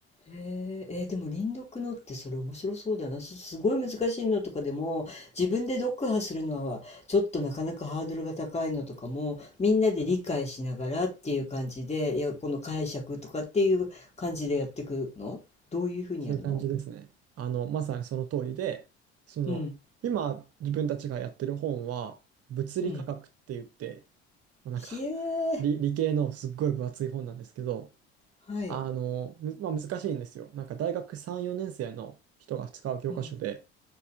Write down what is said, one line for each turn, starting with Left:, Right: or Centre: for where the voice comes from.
Left: へえ、えーでも輪読のってそれ面白そうだな。す、すごい難しいのとかでも自分で読破するのはちょっとなかなかハードルが高いのとかもみんなで理解しながらっていう感じで、いや、この解釈とかっていう感じでやってくのどういうふうにやるの
Right: そういう感じですね。あの、まさにその通りで、その、
Left: うん、
Right: 今自分たちがやってる本は、物理科学って言って、
Left: うん。
Right: まあ、なんか
Left: ひえー、
Right: 理、理系のすっごい分厚い本なんですけど、
Left: はい。
Right: あの、むまあ、難しいんですよ。なんか大学3、4年生の人が使う教科書で、
Left: うん、